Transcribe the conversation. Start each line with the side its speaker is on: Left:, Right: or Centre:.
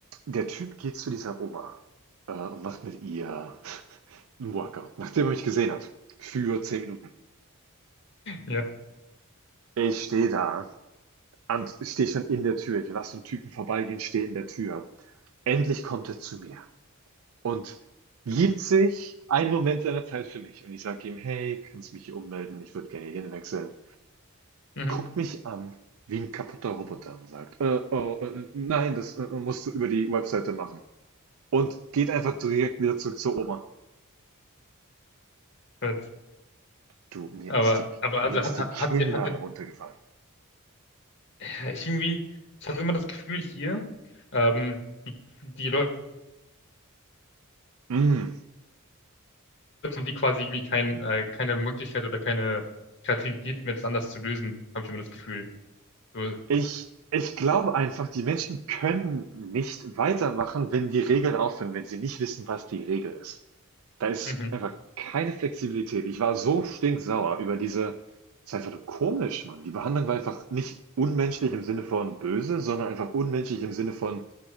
Right: der Typ geht zu dieser Oma, äh, und macht mit ihr 'n Workout, nachdem er mich gesehen hat, für 10 Minuten.
Left: Ja.
Right: Ich stehe da und stehe schon in der Tür. Ich lasse 'n Typen vorbeigehen, stehe in der Tür. Endlich kommt er zu mir. und gibt sich einen Moment seiner Zeit für mich. Und ich sage ihm, hey, kannst mich hier ummelden? Ich würde gerne hier wechseln.
Left: Mhm.
Right: Guckt mich an wie ein kaputter Roboter und sagt, äh, oh, äh, nein, das äh, musst du über die Webseite machen. Und geht einfach direkt wieder zurück zur Oma.
Left: Jetzt.
Right: Du, mir
Left: Aber,
Right: ist die,
Left: aber
Right: mir
Left: also
Right: ist
Left: hat, hat,
Right: die Kinnlade
Left: hat, sie- hat,
Right: runtergefallen.
Left: Ja, ich irgendwie, ich habe immer das Gefühl hier, ähm, die, die Leute
Right: Mm.
Left: haben die quasi irgendwie kein, äh, keine Möglichkeit oder keine Kreativität mehr, das anders zu lösen, habe ich immer das Gefühl. So,
Right: Ich, ich glaube einfach, die Menschen können nicht weitermachen, wenn die Regeln aufhören, wenn sie nicht wissen, was die Regel ist. Da ist
Left: mhm,
Right: einfach keine Flexibilität. Ich war so stinksauer über diese Es ist einfach nur komisch, Mann. Die Behandlung war einfach nicht unmenschlich im Sinne von böse, sondern einfach unmenschlich im Sinne von